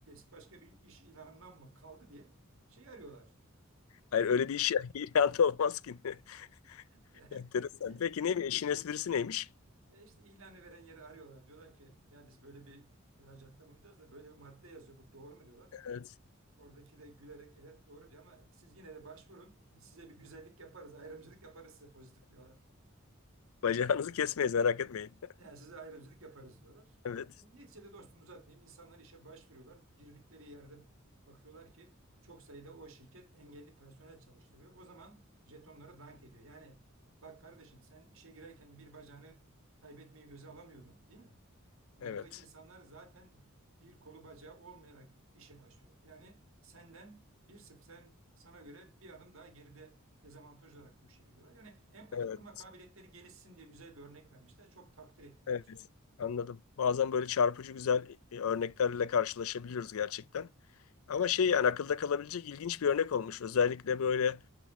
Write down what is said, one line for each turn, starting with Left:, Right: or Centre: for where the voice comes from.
Right: e, başka bir iş ilanından mı kaldı diye şey arıyorlar.
Left: Hayır öyle bir iş <laughs> ilan da olmaz ki. <laughs>
Right: <laughs> Yani
Left: Enteresan.
Right: i-
Left: Peki ne işin esprisi neymiş?
Right: i- işte ilanı veren yeri arıyorlar. Diyorlar ki ya biz böyle bir müracaatta bulunacağız da böyle bir madde yazıyor. Bu doğru mu diyorlar.
Left: Evet.
Right: Oradaki de gülerek evet doğru diyor ama siz yine de başvurun. Biz size bir güzellik yaparız, ayrımcılık yaparız size pozitif diyorlar.
Left: Bacağınızı kesmeyiz merak etmeyin.
Right: Yani size ayrımcılık yaparız diyorlar.
Left: <laughs> Evet.
Right: Neticede dostum uzatmayayım. İnsanlar işe başvuruyorlar. Girdikleri yerde bakıyorlar ki çok sayıda o şirket engelli personel çalıştırıyor. O zaman jetonları dank ediyor. Yani bak kardeşim sen işe girerken bir bacağını kaybetmeyi göze alamıyordun, değil mi? Ama
Left: Evet.
Right: buradaki insanlar zaten bir kolu bacağı olmayarak işe başlıyorlar. Yani senden bir sıfır, sen sana göre bir adım daha geride dezavantaj olarak bu işe giriyorlar. Yani empati
Left: Evet.
Right: kurma kabiliyetleri gelişsin diye güzel bir örnek vermişler. Çok takdir ettim
Left: Evet.
Right: dostum.
Left: Anladım. Bazen böyle çarpıcı güzel e, örneklerle karşılaşabiliyoruz gerçekten. Ama şey yani akılda kalabilecek ilginç bir örnek olmuş. Özellikle böyle